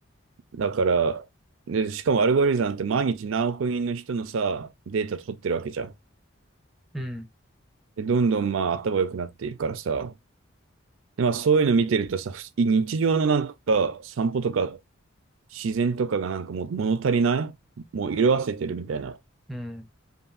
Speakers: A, on the right; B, in the centre.
A: だから、で、しかもアルゴリズムなんて毎日何億人の人のさ、データ取ってるわけじゃん。
B: うん、
A: で、どんどんまあ頭良くなっているからさ、で、まあそういうの見てるとさ、ふ日常のなんか散歩とか自然とかがなんかもう物足りないもう色あせてるみたいな。
B: うん、